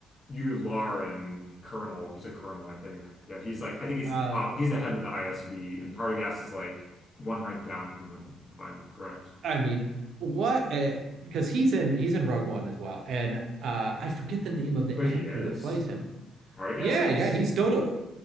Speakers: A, on the left; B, on the right.
A: Yularen Colonel. He's a colonel, I think. Yeah, he's like I think he's
B: Oh
A: the top. He's the head of the ISB, and Partagas is like one rank down from him, if I'm correct.
B: I mean, what? Uh, because he's in he's in Rogue One as well, and uh, I forget the name of the
A: Wait,
B: actor
A: he is?
B: that plays him.
A: Partagas
B: Yeah, yeah,
A: is?
B: he's totally.